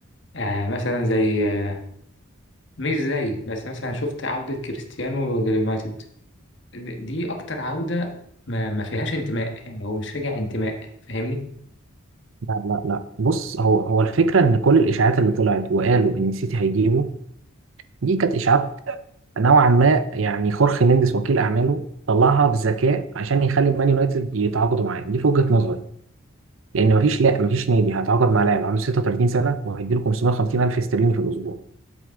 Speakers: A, on the left; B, on the right.
A: آه مثلا زي آه مش زي بس مثلا شفت عودة كريستيانو لليونايتد دي أكتر عودة ما, ما فيهاش انتماء يعني هو مش راجع انتماء فاهمني
B: لا لا لا بص هو هو الفكرة إن كل الإشاعات اللي طلعت وقالوا إن سيتي هيجيبه دي كانت إشاعات نوعا ما يعني خورخي مينديز وكيل أعماله طلعها بذكاء عشان يخلي مان يونايتد يتعاقدوا معاه دي في وجهة نظري لأن مفيش لا مفيش نادي هيتعاقد مع لاعب عنده 36 سنة وهيديله 550 ألف استرليني في الأسبوع